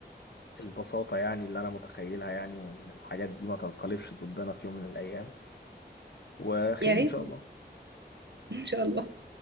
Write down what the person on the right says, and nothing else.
يا ريت
ان شاء الله